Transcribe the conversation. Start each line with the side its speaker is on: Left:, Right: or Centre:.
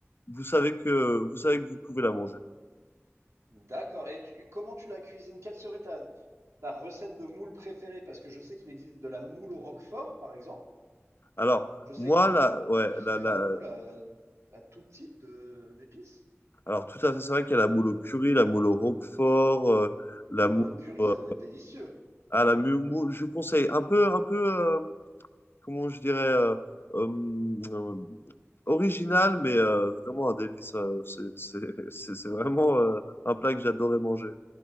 Left: vous savez que, vous savez que vous pouvez la manger.
Right: d'accord. Et tu- comment tu la cuisines? Quelle serait ta ta recette de moule préférée? Parce que je sais qu'il existe de la moule au roquefort, par exemple.
Left: Alors,
Right: Je sais
Left: moi,
Right: qu'il y a
Left: là, ouais,
Right: cuisiner
Left: là, là,
Right: la moule à, à tout type de d'épices.
Left: alors tout à fait, c'est vrai qu'il y a la moule au curry, la moule au roquefort, euh, la
Right: La moule
Left: moule,
Right: au curry,
Left: euh,
Right: ça doit être délicieux.
Left: ah, la mu- moule, je vous conseille un peu, un peu, euh, comment je dirais, euh, euh, euh, original, mais euh, vraiment un délice. euh, c'est c'est- <laughs> c'est- c'est vraiment euh, un plat que j'adorais manger.